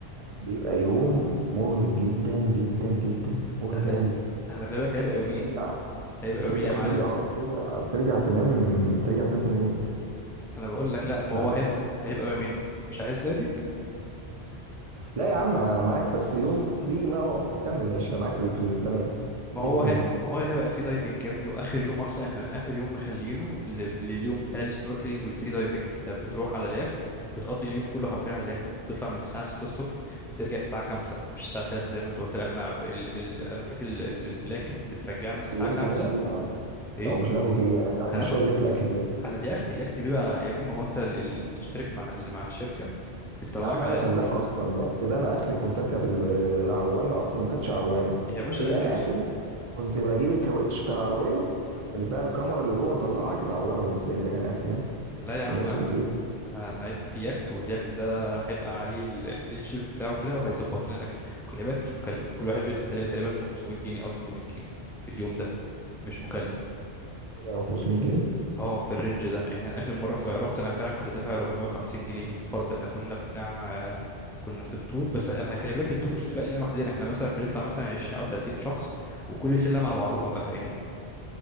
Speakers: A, on the right (about 40°); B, in the centre.
A: بيبقى يوم مرهق جدا جدا جدا مرهق
B: ده احنا
A: قوي
B: ده احنا خلي بالك هيبقى يومين
A: بترجع
B: هيبقى
A: بترجع
B: يومين يا معلم
A: بترجع بترجع بترجع تنام بترجع تنام تاني يوم
B: انا بقول لك لا ما
A: لا
B: هو
A: لا
B: هيبقى
A: لا
B: هيبقى
A: الموضوع صعب
B: يومين مش عايز دايفنج
A: لا يا عم معاك بس يوم دي ما أه، كمل ماشي انا معاك في ال- في ال- تمام
B: ما هو
A: ايه الدنيا
B: هيبقى ما هو هيبقى في دايفنج يا ابني واخر يوم اصلا احنا اخر يوم مخلينه ل- لليوم بتاع السنوركلينج والفري دايفنج انت بتروح على اليخت بتقضي اليوم كله حرفيا على اليخت بتطلع من الساعه 6 الصبح بترجع الساعه 5 مش الساعه 3 زي ما انت قلت لا احنا ب- ال... ال... انا فاكر ال... ال- البلان كانت بترجعنا الساعه
A: اليوم
B: 5
A: ده هناكل فيه ايه يا معلم؟
B: ايه
A: او مش هناكله فيه ايه يعني هتمشيها
B: هناكل
A: زي في الاكل
B: على اليخت اليخت بيبقى يا ابني ما هو انت ال... ال... بتشترك مع ال... مع الشركه بتطلعك
A: يا عم
B: على
A: انا فلاح اصلا اليخت ده انا اخري كنت اركب ال- العوامه اصلا وما كانتش عوامه
B: يا باشا
A: هي
B: نركب
A: انا
B: ال...
A: اخري كنت بجيب الكاوتش بتاع العربيه اللي بقى الكاميرا اللي جوه نطلعها كانت عوامه بالنسبه لي ده كان اخري ها.
B: لا يا
A: عشان
B: عم
A: بس
B: ه-
A: ما ايه
B: هيبقى في يخت واليخت ده هيبقى عليه ال- عليه الشيف بتاعه كده وهيظبط لنا الاكل وخلي بالك مش مكلف كل واحد بيدفع تقريبا تقريباً 500 جنيه او 600 جنيه في اليوم ده مش مكلف
A: 100 او 500 جنيه
B: اه في الرينج ده يعني انا اخر مره ف- رحت انا فعلا كنت دافع 450 جنيه للفرد احنا كنا بتاع آه، كنا في التور بس أما خلي بالك التور مش بتبقى لنا لوحدنا احنا مثلا بنطلع مثلا 20 او 30 شخص وكل شله مع بعضها بقى فاهمني